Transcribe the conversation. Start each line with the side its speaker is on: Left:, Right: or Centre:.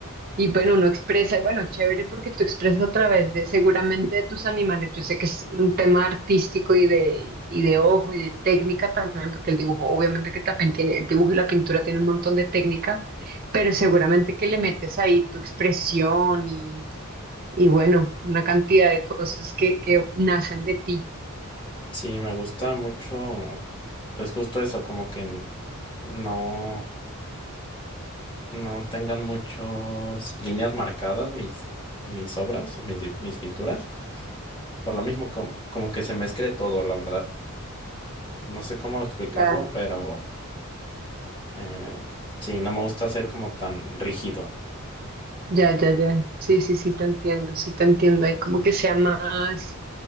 Right: y bueno, uno expresa, y bueno, chévere porque tú expresas a través de, seguramente de tus animales. Yo sé que es un tema artístico y de, y de ojo y de técnica también, porque el dibujo, obviamente que también tiene, el dibujo y la pintura tiene un montón de técnica, pero seguramente que le metes ahí tu expresión y, y bueno, una cantidad de cosas que, que nacen de ti.
Left: Sí, me gusta mucho, pues justo eso, como que n- no, no tengan muchas líneas marcadas mis, mis obras o mis, di- mis pinturas. Por lo mismo, como, como que se mezcle todo, la verdad. No sé cómo explicarlo,
Right: Claro.
Left: pero eh, sí, no me gusta ser como tan rígido.
Right: Ya, ya, ya. Sí, sí, sí, te entiendo, sí, te entiendo. Ahí como que sea más